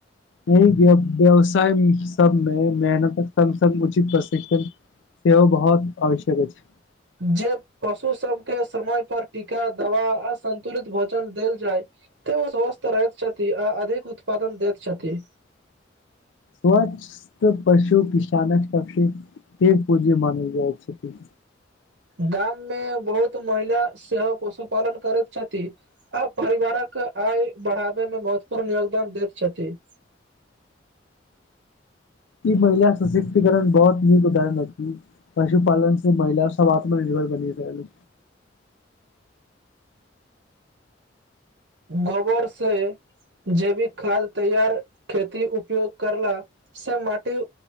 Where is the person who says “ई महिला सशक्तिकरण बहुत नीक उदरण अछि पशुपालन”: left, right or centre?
Left